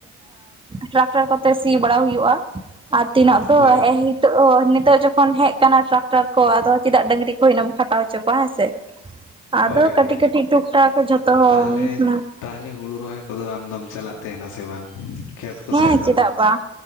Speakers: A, on the right; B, on the left.
A: ᱴᱨᱟᱠᱴᱟᱨ ᱠᱚᱛᱮ ᱥᱤ ᱵᱟᱲᱟ ᱦᱩᱭᱩᱜᱼᱟ᱾ ᱟᱨ ᱛᱤᱱᱟᱹᱜ ᱫᱚ
B: ᱦᱳᱭ
A: ᱱᱤᱛᱳᱜ ᱱᱤᱛᱳᱜ ᱡᱚᱠᱷᱚᱱ ᱦᱮᱡ ᱟᱠᱟᱱᱟ ᱴᱨᱟᱠᱴᱟᱨ ᱠᱚ, ᱟᱫᱚ ᱪᱮᱫᱟᱜ ᱰᱟᱹᱝᱨᱤ ᱠᱚ ᱤᱱᱟᱹᱢ ᱠᱷᱟᱴᱟᱣ ᱦᱚᱪᱚ ᱠᱚᱣᱟ ᱦᱮᱸ ᱥᱮ᱾ ᱟᱫᱚ
B: ᱦᱳᱭ ᱦᱳᱭ
A: ᱠᱟᱹᱴᱤᱡ ᱠᱟᱹᱴᱤᱡ ᱴᱩᱠ ᱴᱟᱠ ᱡᱚᱛᱚ ᱦᱚᱲ
B: ᱛᱟᱦᱚᱞᱮ ᱛᱟᱦᱚᱞᱮ ᱦᱩᱲᱩ ᱨᱚᱦᱚᱭ ᱠᱚᱫᱚ ᱟᱢᱫᱢ ᱪᱟᱞᱟᱜ ᱛᱟᱦᱮᱱᱟ ᱥᱮ ᱵᱟᱝ? ᱠᱷᱮᱛ ᱠᱚᱥᱮᱫ
A: ᱦᱮᱸ
B: ᱫᱚ
A: ᱪᱮᱫᱟᱜ
B: ᱱᱟᱦᱟᱜ
A: ᱵᱟᱝ᱾